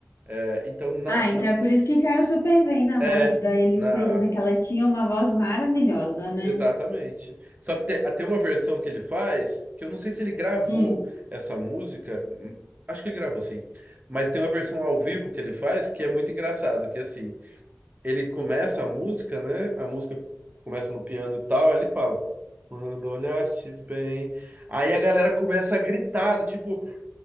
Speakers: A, on the right; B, on the left.
A: É, então, na,
B: Ah,
A: na-
B: então é por isso que caiu super bem na
A: é,
B: voz da Elis
A: na,
B: Regina, que ela tinha uma voz maravilhosa, né?
A: exatamente. Só que tem, tem uma versão que ele faz, que eu não sei se ele gravou
B: Hum,
A: essa música, hum, acho que ele gravou sim, mas tem uma versão ao vivo que ele faz que é muito engraçado, que é assim. ele começa a música, né? A música começa no piano e tal, aí ele fala. Quando olhastes bem. Aí a galera começa a gritar, do tipo,